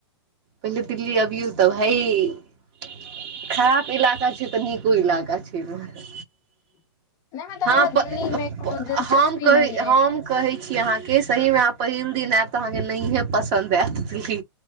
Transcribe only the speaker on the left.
नहि मतलब हमरा
दिल्ली मे कोनो
दिलचस्पी
नहि
अइ